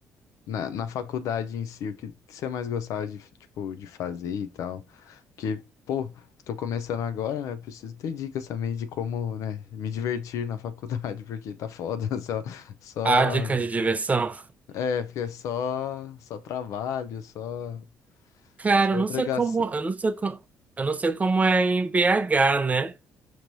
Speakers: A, on the left (about 75°); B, on the right (about 25°).
A: na, na faculdade em si, o que, que você mais gostava de, tipo, de fazer e tal? Porque, pô, tô começando agora, né? Preciso ter dicas também de como, né, me divertir na faculdade, <laughs> porque tá foda. <laughs> Só, só,
B: Ah, dicas de diversão.
A: é, porque é só, só trabalho, só,
B: <laughs> Cara,
A: só
B: eu
A: obrigação.
B: não sei como, eu não sei como, eu não sei como é em BH, né?